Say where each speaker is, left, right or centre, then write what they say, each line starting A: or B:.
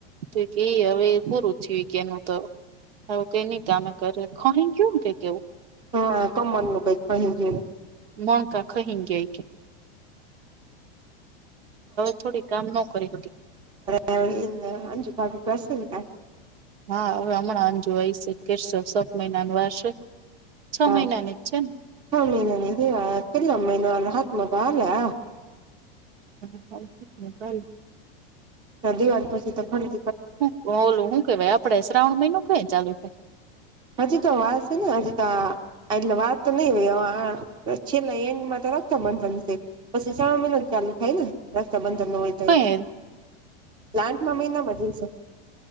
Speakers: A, on the right; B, on the right.
A: તો એ હવે પૂરું- જી કેયા ન તો આવું કઈ ન કમે કરે ખહી ગયું કે કેવું-
B: હા કમર નું કઈક ક જોયને-
A: મણકા ખહી ગયા એ કે થોડીક- કામ ન કરી સુધ-
B: હ અંજુ પાકીસન <unintelligible>
A: હા હવે હમણાં અંજુય છે કેશે સત મહિનાનું વારશે છ
B: હા
A: મહિનાની જ છે ને-
B: છ મીનનીવા કેલમ ન હા મધ આલા -
A: હા ચાલ-
B: દવાસ પછી તો ખરી-
A: હ ઓલું હું કેવાય આપડે શ્રાવણ મહિનો કઈ ચાલુ થાય.
B: હજ તો વાસીને હજ તો. એટલે વાત તો નહી હોય છેલ્લા એન્ડમાં તો રખતાબંધન છે. પછી સા મહિના ચાલુ થાય ને રસ્તા બંધર ન હોય.
A: કઈ
B: લ્લાંન્ટ મમીનો મજે છે.